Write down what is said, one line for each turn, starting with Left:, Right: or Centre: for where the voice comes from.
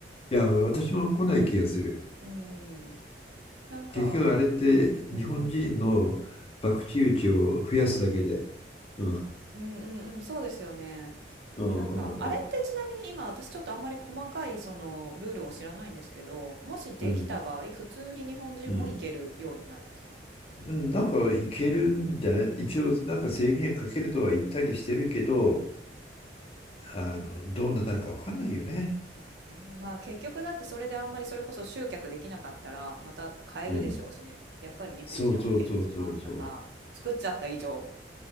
Left: う。いや、私も来ない気がする。
Right: うん。なんか、
Left: 結局あれって日本人の博打打ちを増やすだけで。
Right: うんうんうん。はい。
Left: うん。
Right: うんうんうん、そうですよね。
Left: うんうんうん
Right: なんか、あれってちなみに今私ちょっとあんまり細かいそのルールを知らないんですけど、もしできた場合、
Left: うん。
Right: 普通に日本人も行けるようになるんですか
Left: うん。なんかいけるんじゃない一応なんか制限かけるとは言ったりしてるけど、
Right: へー
Left: あの、どうなるかわかんないよね。
Right: まあね、まあ結局だってそれであんまりそれこそ集客できなかったらまた変えるでしょうしね。
Left: うん。
Right: やっぱり日本人
Left: そうそうそうそうそ
Right: OK にしますとか、作っちゃった以上、